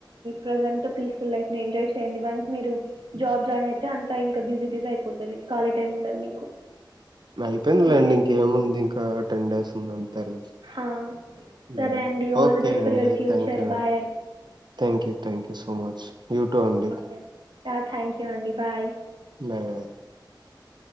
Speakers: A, on the right; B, on the right.
A: ప్రజెంట్ పీస్ఫుల్ లైఫ్ ని ఎంజాయ్ చేయండి వన్స్ మీరు జాబ్ జాయిన్ అయితే అంతా ఇంకా బిజీ బిజీ అయిపోతుది ఖాళీ టై ఉండదు మీకు
B: అయిపోయిందిలేండి
A: ఓకే అండి.
B: ఇంకేముంది ఇంకా టెన్ డేస్ ఉంది అంతే లే
A: ఆ!
B: హ్మ్మ్
A: సరే అండి. All
B: okay
A: the best
B: అండి
A: for యువర్ ఫ్యూచర్.
B: థ్యాంక్ అండి
A: bye
B: thank thank you so much you too అండి
A: ఓకే ఆ థ్యాంక్ యూ అండి బాయ్
B: బాయ్ బాయ్